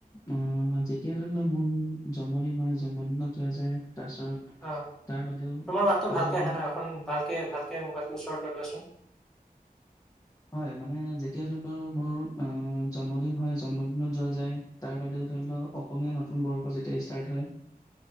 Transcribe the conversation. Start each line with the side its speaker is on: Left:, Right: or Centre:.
Left: আহ' যেতিয়া ধৰি লও মোৰ জন্মদিন হয়, জন্মদিনত যোৱা যায়। তাৰপিছত
Centre: অ',
Left: তাৰ বাদেও
Centre: তোমাৰ মাতো
Left: তাৰ
Centre: ভালকে
Left: বাদেও
Centre: আহে নহ অখন ভালকে, ভালকে মোবাইলটোৰ ওচৰত লৈ লোৱাচোন।
Left: হয় মানে যেতিয়া ধৰি লওক মোৰ জন্মদিন হয়। জন্মদিনত যোৱা যায়। তাৰ বাদেও ধৰি লওক, অসমীয়া নতুন বৰ্ষ যেতিয়া ষ্টাৰ্ট হয়।